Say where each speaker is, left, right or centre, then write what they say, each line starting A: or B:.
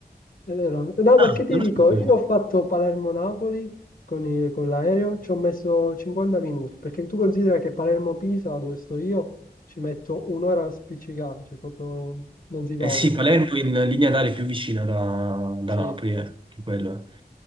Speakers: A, on the left; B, on the right.
A: È vero? No, perché
B: Ah,
A: ti
B: non
A: dico,
B: lo sapevo.
A: io ho fatto Palermo-Napoli con il- con l'aereo, ci ho messo 50 minuti, perché tu considera che Palermo-Pisa, dove sto io, ci metto un'ora spiccicata, cioè proprio non si va
B: Eh
A: oltre.
B: sì, Palermo è in linea d'aria è più vicina da, da
A: Sì,
B: Napoli, eh, che quello. è.